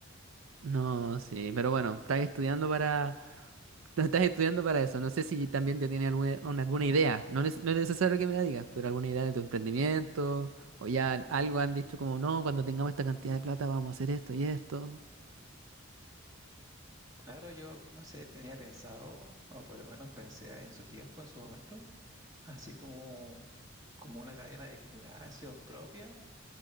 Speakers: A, on the right; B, on the right.
A: No, sí, pero bueno, estás estudiando para <laughs> Tú estás estudiando para eso. No sé si también ya tienes alguna, una- alguna idea. No, neces- no es necesario que me la digas, pero alguna idea de tu emprendimiento. O ya algo han dicho como, no, cuando tengamos esta cantidad de plata vamos a hacer esto y esto.
B: Claro, yo, no sé, tenía pensado, o por lo menos pensé en su tiempo, en su momento, así como, como una cadena de gimnasios propia,